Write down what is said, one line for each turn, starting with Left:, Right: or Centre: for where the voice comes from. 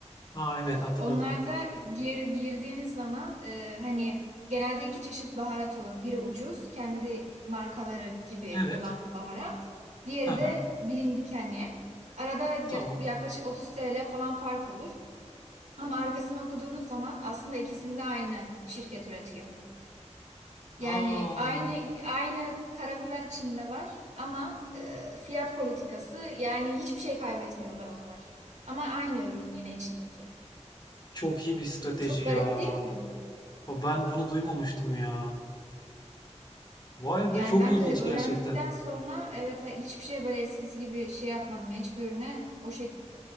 Left: Aa evet
Right: Ee,
Left: hatırladım.
Right: onlarda gir, girdiğiniz zaman e, hani genelde iki çeşit baharat olur. Biri ucuz, kendi markaları gibi
Left: Evet.
Right: olan baharat. Diğeri
Left: Hı hı.
Right: de bilindik hani. Arada ger-
Left: Tamam.
Right: yaklaşık 30 TL falan fark olur. Ama arkasını okuduğunuz zaman aslında ikisini de aynı şirket üretiyor. Yani
Left: Aa
Right: aynı aynı karabiber içinde var ama e, fiyat politikası yani hiçbir şey kaybetmiyorlar onlar. Ama aynı ürün yine içindeki.
Left: Çok iyi bir strateji
Right: Çok
Left: ya.
Right: garip değil mi?
Left: Ben bunu duymamıştım ya. Vay
Right: Yani
Left: be çok
Right: ben
Left: ilginç
Right: de öğrendikten
Left: gerçekten.
Right: sonra evet ha- hiçbir şey böyle eskisi gibi şey yapmadım. Hiçbir ürüne o şey